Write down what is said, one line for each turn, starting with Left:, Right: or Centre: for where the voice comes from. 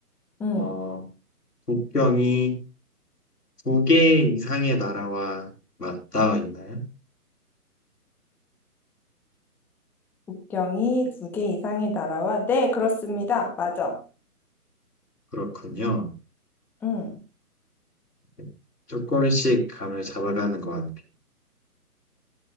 Centre: 응.
Left: 어 국경이 두 개 이상의 나라와 맞닿아 있나요?
Centre: 국경이 두 개 이상의 나라와, 네, 그렇습니다. 맞아.
Left: 그렇군요.
Centre: 응.
Left: 네. 조금씩 감을 잡아가는 것 같아요.